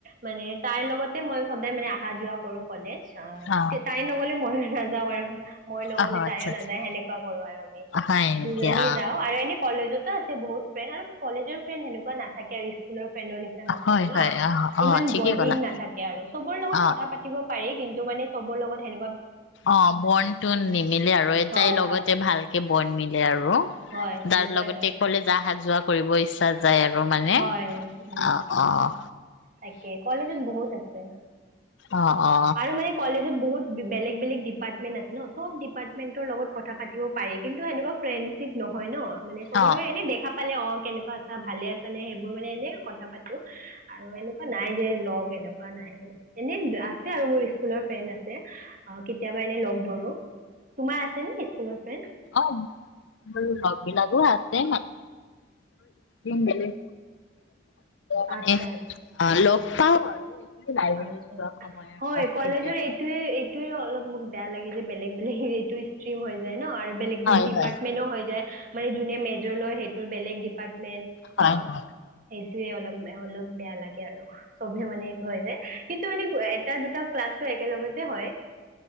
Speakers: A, on the right (about 40°); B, on the left (about 70°).
A: মানে তাইৰ লগত তে মই সদায় মানে আহা যোৱা কৰো কলেজ আটছা
B: অ
A: তে তাই নগ 'লে মইও নাযাওঁ আৰু মই নগলে
B: অ
A: তাইও
B: আচ্ছা আচ্ছা
A: নাযায় সেনেকুৱা কৰো আৰু আমি
B: হয় নেকি
A: দুজনী
B: অ
A: যাও আৰু এনে কলেজত <unintelligible> বহুত ফ্ৰেন্ড আৰু কলেজৰ ফ্ৰেণ্ড সেনেকোৱা নাথাকে আৰু স্কুলৰ ফ্ৰেণ্ডৰ নিচিনা নাথাকে
B: হয়
A: ন
B: হয় অ অ
A: ইমান
B: ঠিকেই
A: বন্দিং
B: ক'লা
A: নাথাকে আৰু চবৰ লগত
B: অ
A: কথা পাতিব পাৰি কিন্তু মানে চবৰ লগত হে
B: অঁ বন্দটো নিমিলে আৰু এটাই
A: হয়
B: লগতে
A: হয়
B: ভালকে বন্দ মিলে আৰু। আৰু
A: হয় এনেকুৱাই
B: দাৰ লগতে
A: হয়
B: কলেজ আহা যোৱা কৰিব ইচ্ছা যায় আৰু মানে,
A: হয় উম
B: অঁ-অঁ।
A: তাকে, কলেজত বহুত আছে
B: অ অ
A: আৰু মানে কলেজত বহুত বেলেগ বেলেগ ডিপাৰ্টমেন্ট আছে ন চব ডিপাৰ্টমেন্টৰ লগত কথা পাতিব পাৰি, কিন্তু সেনেকুৱা ফ্ৰেণ্ডশ্বিপ নহয় ন। মানে চবৰ
B: অ
A: লগত এনে দেখা পালে অঁ কেনেকুৱা আছা, ভালে আছ মানে সেইবোৰ মানে এনে কথা পাতো আৰু এনেকুৱা নাই যে লগ এনেকুৱা নাই আৰু এনে আছে আৰু মোৰ স্কুলৰ ফ্ৰেণ্ড আছে অ কেতিয়াবা এনে লগ ধৰো তোমাৰ আছে নেকি স্কুলৰ ফ্ৰেণ্ড
B: অ মোৰ লগ বিলাকো আছে মানে ন মানে
A: আচ্ছা
B: অ ল পাওঁ আৰু এইটোৱে লাইব্ৰেৰীত
A: আছা
B: যোৱা সময়ত
A: হয়
B: অফ
A: কলেজৰ
B: পিৰিয়ডত
A: এইটোয়ে এইটোৱে অলপ মোক বেয়া লাগে যে বেলেগ বেলেগ হৰিটো ষ্ট্ৰিম হৈ যায় ন আৰু বেলেগ
B: হয়
A: বেলেগ ডিপাৰ্টমেনো
B: হয়
A: হৈ যায় মানে যোনে মেজৰ লয় বেলেগ ডিপা <unintelligible> মেইন
B: হয়
A: ন
B: হয়
A: সেই অলপ অলপ বেয়া লাগে আৰু চবে মানে এইটো হয় যে কিন্তু মানে এটা দুটা ক্লাছটো একেলগতে হয়